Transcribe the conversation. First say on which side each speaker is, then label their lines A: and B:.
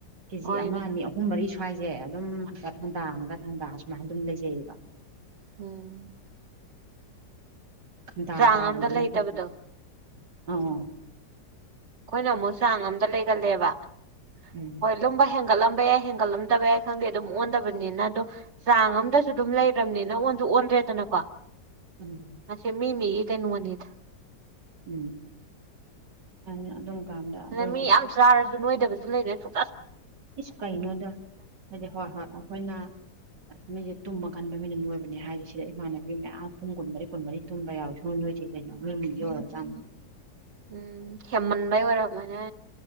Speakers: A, on the right (about 75°); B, on the right (about 45°).
A: ꯀꯦꯖꯤ
B: ꯍꯣꯏꯅꯦ
A: ꯑꯃ ꯑꯅꯤ ꯑꯍꯨꯝ ꯃꯔꯤ ꯁ ꯭ꯋꯥꯏꯁꯦ ꯑꯗꯨꯝ ꯍꯀꯠ ꯍꯟꯇꯥ ꯍꯟꯀꯠ ꯍꯟꯇꯥ ꯁꯨꯃꯥꯏꯅ ꯑꯗꯨꯝ ꯂꯩꯖꯩꯌꯦꯕ
B: ꯎꯝ
A: ꯎꯝꯟꯇꯥ
B: ꯆꯥꯡ
A: ꯇꯥꯕꯁꯨ
B: ꯑꯝꯗ
A: ꯅꯠꯇꯗꯤ
B: ꯂꯩꯇꯕꯗꯣ
A: ꯑꯣ
B: ꯑꯩꯈꯣꯏꯅ ꯑꯃꯨꯛ ꯆꯥꯡ ꯑꯝꯗ ꯂꯩꯒꯜꯂꯦꯕ
A: ꯎꯝ
B: ꯍꯣꯏ ꯂꯨꯝꯕ ꯍꯦꯟꯒꯠꯂꯝꯕ ꯌꯥꯏ ꯍꯦꯟꯒꯠꯂꯝꯗꯕ ꯌꯥꯏ ꯈꯪꯗꯦ ꯑꯗꯨꯝ ꯑꯣꯟꯗꯕꯅꯤꯅ ꯑꯗꯣ ꯆꯥꯡ ꯑꯝꯗꯁꯨ ꯑꯗꯨꯝ ꯂꯩꯔꯕꯅꯤꯅ ꯑꯣꯟꯁꯨ ꯑꯣꯟꯗ꯭ꯔꯦꯗꯅꯀꯣ
A: ꯎꯝ
B: ꯑꯁꯦ ꯃꯤ ꯃꯤꯒꯤ ꯀꯅ ꯃꯅꯤꯠ
A: ꯎꯝ ꯑꯩꯅ ꯑꯗꯨꯝ ꯀꯥꯟꯗ ꯑꯗꯨꯒꯤ
B: ꯑꯗ ꯃꯤ ꯌꯥꯝ ꯆꯥꯔꯁꯨ ꯅꯣꯏꯗꯕꯁꯨ ꯂꯩꯔꯦ ꯁꯨ
A: ꯏꯁ ꯀꯩꯅꯣꯗ ꯍꯥꯏꯗꯤ ꯍꯣꯏ ꯍꯣꯏ ꯑꯩꯈꯣꯏꯅ ꯑꯁꯁ ꯇꯨꯝꯕ ꯀꯟꯕ ꯃꯤꯅ ꯂꯣꯏꯕꯅꯦ ꯍꯥꯏꯁꯤ ꯁꯤꯗ ꯏꯃꯥꯟꯅꯕꯤ ꯃꯌꯥꯝ ꯄꯨꯡ ꯀꯨꯟꯃꯔꯤ ꯀꯨꯟꯃꯔꯤ ꯇꯨꯝꯕ ꯌꯥꯎꯋꯦ ꯁꯣꯏ ꯅꯣꯏꯗꯤꯦ ꯀꯩꯅꯣ ꯋꯥ ꯆ
B: ꯎꯝ ꯍꯦꯃꯟꯕꯏ ꯑꯣꯏꯔꯃꯅꯦ